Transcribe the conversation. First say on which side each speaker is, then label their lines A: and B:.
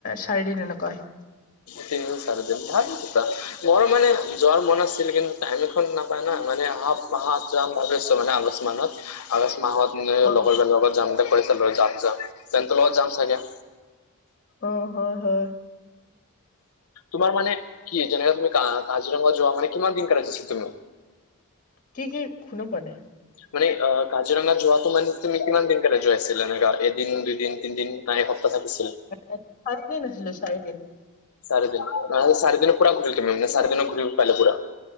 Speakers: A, on the left; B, on the left.
A: চাৰি দিন এনেকৈ।
B: তিনি, চাৰি দিন ভাল কিবা মোৰো মানে। যোৱাৰ মন আছিল কিন্তু টাইম এখন নাপায় ন মানে আহা-আহা যাম ভবিছো মানে আগষ্ট মানত। আগষ্ট মাহত মানে
A: অ
B: লগৰজনৰ লগত যাম যে কৈ আছিলে যাম- যাম সিহঁতৰ লগত যাম চাগে।
A: অ', হয়, হয়।
B: তোমাৰ মান কি যেনেকে তুমি কাজিৰঙা যোৱা মানে কিমান দিন কৰণে আছিল তুমি
A: কি কি শুনি পোৱা নাই?
B: মানে অ' কাজিৰঙা যোৱাতো মানে তুমি কিমান দিন কাৰণে যোৱাইছিলা এনেকুৱা এদিন, দুইদিন, তিনদিন। নাই এক সপ্তাহ থাকিছিল।
A: চাৰি দিন আছিলো চাৰি দিন।
B: চাৰিদিন, মানে চাৰিদিনত পুৰা ঘৰিল তুমি মানে চাৰিদিন ঘূৰিব পাৰিলা পুৰা?